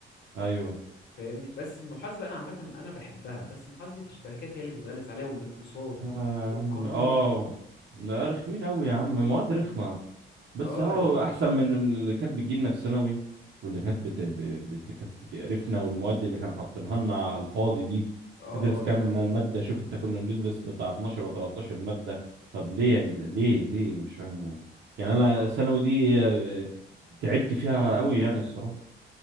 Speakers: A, on the right; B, on the left.
A: ايوه
B: فاهمني بس المحاسبة انا عامة انا بحبها بس محاسبة الشركات هي اللي بتغلس عليها والاقتصاد
A: اه
B: والقانون
A: يا عم، آه. ده رخمين قوي يا عم مواد رخمه بس
B: اه
A: هو
B: يعني
A: احسن من من اللي كانت بتجيلنا في ثانوي واللي كانت بت... ب- بت... كانت بتقرفنا والمواد اللي كانوا حاطينها لنا على الفاضي دي
B: اه
A: تدرس
B: اه
A: كام
B: ده حقيقي
A: ماده شوف انت كنا بندرس بتاع 12 ولا 13 ماده طب ليه
B: مم.
A: يا جدع ليه ليه مش فاهمه يعني انا
B: اه
A: ثانوي دي آه، تعبت فيها قوي يعني الصراحه